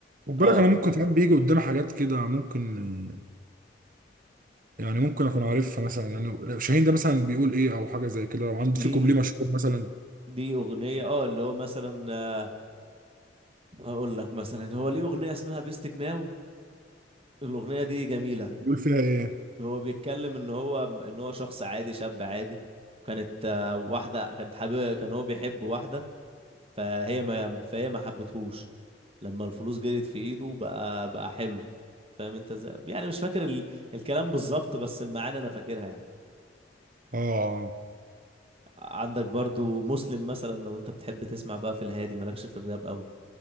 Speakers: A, on the right; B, on the right.
A: خد بالك
B: اه
A: انا ممكن ساعات بيجي قدامي حاجات كده ممكن يعني ممكن اكون عارفها مثلا يعني لو شاهين ده مثلا بيقول ايه او حاجه زي كده لو عنده
B: ليه
A: في كوبليه مشهور مثلا
B: ليه اغنيه اه اللي هو مثلا آه، هقول لك مثلا هو ليه اغنيه اسمها بيستك ناو الاغنيه دي جميله
A: بيقول فيها ايه
B: هو بيتكلم ان هو ان هو شخص عادي شاب عادي كانت آه، واحده كانت حابب كان هو بيحب واحده فهي ما فهي ما حبتهوش لما الفلوس جريت في ايده بقى بقى حلو فاهم انت ازاي يعني مش فاكر ال... الكلام بالظبط بس المعاني انا فاكرها يعني
A: اه آه.
B: عندك برضو مسلم مثلا لو انت بتحب تسمع بقى في الهادي مالكش في الراب قوي